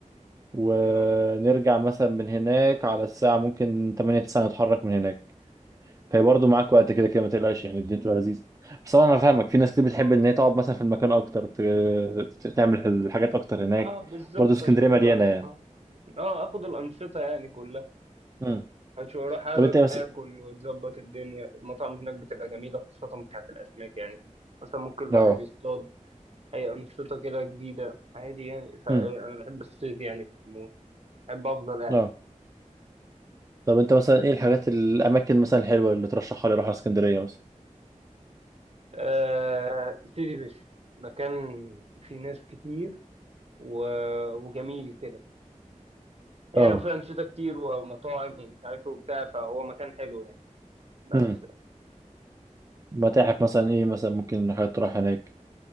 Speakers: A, on the right; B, on the right.
A: ونرجع
B: اه
A: مثلا من هناك على الساعه ممكن تمانية تسعة نتحرك من هناك فهي برضو معاك وقت كده كده ما تقلقش يعني الدنيا تبقى لذيذه بس طبعا انا فاهمك في ناس كتير بتحب ان هي تقعد مثلا في المكان اكتر ت- ت- تعمل الحاجات اكتر هناك
B: اه بالظبط
A: برضو اسكندريه
B: أشوف
A: مليانه
B: ال اه
A: يعني
B: آه، اخد الانشطه يعني كلها
A: مم.
B: اشوف اروح أك-
A: طب انت ايه بس
B: اكل واتظبط الدنيا المطاعم هناك بتبقى جميله خاصه بتاعت الاسماك يعني مثلا ممكن الواحد
A: اه
B: يصطاد أي أنشطة كده جديدة عادي يعني فأنا
A: امم
B: بحب الصيد يعني في العموم بحب أفضل قاعد
A: اه طب انت مثلا ايه الحاجات الاماكن مثلا الحلوه اللي ترشحها لي اروح على اسكندريه مثلا
B: أه سيدي بشر مكان فيه ناس كتير و... وجميل كده يعني
A: اه
B: وفيه أنشطة كتير ومطاعم ومش عارف إيه وبتاع فهو مكان حلو يعني بس
A: امم متاحف مثلا ايه مثلا ممكن حاجات تروح هناك